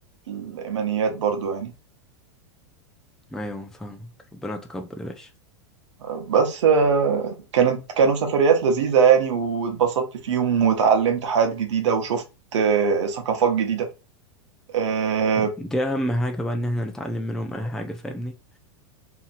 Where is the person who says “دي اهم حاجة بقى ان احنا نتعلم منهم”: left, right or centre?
Centre